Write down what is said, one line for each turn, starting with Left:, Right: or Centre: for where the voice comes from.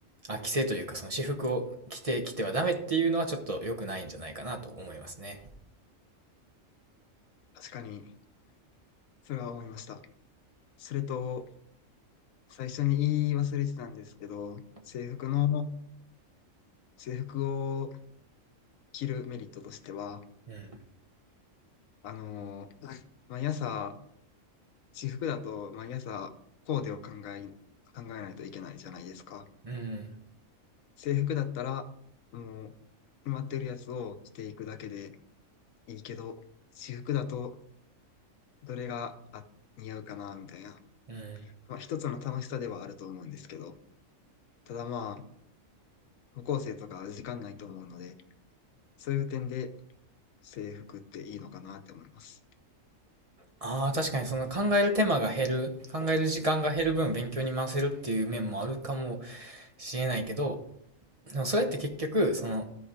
Right: あ、規制というかその私服を着てきてはダメっていうのはちょっと良くないんじゃないかなと思いますね。
Left: 確かに、それは思いました。それと、最初に言い忘れてたんですけど、制服の制服を着るメリットとしては、
Right: うん。
Left: あのーはい毎朝、私服だと毎朝コーデを考え、考えないといけないじゃないですか。
Right: うん。
Left: 制服だったら、もう、決まってるやつをしていくだけでいいけど、私服だと、どれが、あ、似合うかな、みたいな。
Right: うん。
Left: まあ、一つの楽しさではあると思うんですけど、ただまあ、高校生とか時間ないと思うので、そういう点で制服っていいのかなって思います。
Right: ああ、確かにその考える手間が減る、考える時間が減る分勉強に回せるっていう面もあるかもしれないけど、でもそれって結局、その